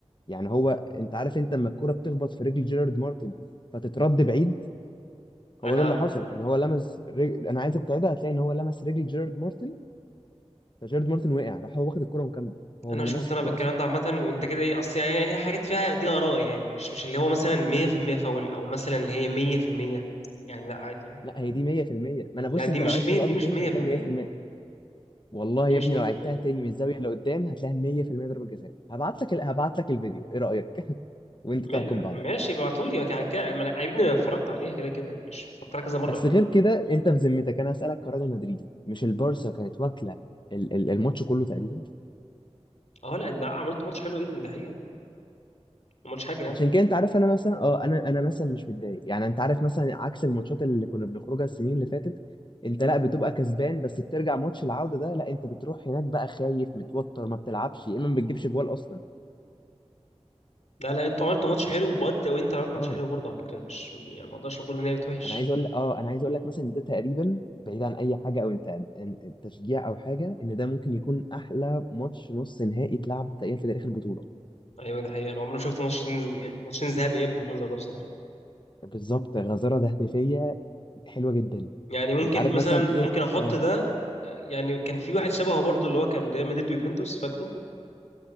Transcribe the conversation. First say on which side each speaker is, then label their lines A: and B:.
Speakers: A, on the left; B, on the left.
A: يعني هو انت عارف انت لما الكوره بتخبط في رجل جيرارد مارتن فتترد بعيد
B: انا
A: هو ده اللي حصل ان هو لمس رجل انا عايزك تعيدها هتلاقي ان هو لمس رجل جيرارد مارتن فجيرارد مارتن وقع راح هو واخد الكرة ومكمل هو
B: انا
A: ما
B: مش
A: لمسش
B: مقتنع
A: الكرة
B: بالكلام
A: اصلا
B: ده عامه وانت كده ايه اصل يعني هي حاجات فيها دي اراء يعني مش مش اللي هو مثلا 100% فاول او مثلا اللي هي 100% يعني لا عادي
A: لا هي دي 100% ما انا
B: لا
A: بص
B: دي
A: انت
B: مش
A: لو عدت
B: مية
A: اللقطة
B: دي مش
A: تاني
B: 100%
A: هتلاقي إن 100% والله
B: دي
A: يا
B: مش
A: ابني
B: 100%
A: لو عدتها تاني من الزاوية اللي قدام هتلاقيها 100% ضربة جزاء هبعت لك ال- هبعت لك الفيديو ايه رأيك <laughs> وانت تحكم
B: ما- لا
A: بعدها
B: ماشي ابعتولي كا- كا- ما انا يا ابني انا اتفرجت عليها كده كده مش اتفرجت عليها كذا مره
A: بس
B: كمان
A: غير كده انت بذمتك انا هسألك كراجل مدريدي مش البارسا كانت واكلة ال- ال- الماتش كله تقريبا
B: اه لا لا عملت ماتش حلو جدا دي حقيقه ما قلتش حاجه يعني
A: عشان كده انت عارف انا مثلا اه انا انا مثلا مش متضايق يعني انت عارف مثلا عكس الماتشات اللي كنا بنخرجها السنين اللي فاتت انت لا بتبقى كسبان بس بترجع ماتش العودة ده لا انت بتروح هناك بقى خايف متوتر ما بتلعبش يا اما ما بتجيبش جوال اصلا
B: لا لا انتوا عملتوا ماتش حلو وانت وانت اللي عملت
A: اه
B: ماتش حلو برضه على فكره مش يعني ما اقدرش اقول برضه ان هي بتوحش
A: انا عايز اقول اه انا عايز اقول لك مثلا ان ده تقريبا بعيد عن اي حاجه او انت تشجيع او حاجه ان ده ممكن يكون احلى ماتش نص نهائي اتلعب تقريبا في تاريخ البطوله
B: ايوه ده حقيقه انا عمري ما شفت ماتش يعني ماتشين ذهاب اياب بالمنظر ده بصراحه
A: بالظبط غزاره تهديفيه حلوه جدا
B: يعني ممكن
A: انت عارف
B: مثلا
A: مثلا
B: ممكن
A: ايه
B: احط
A: اه
B: ده يعني كان في واحد شبهه برضو اللي هو كان ريال مدريد ويوفنتوس فاكره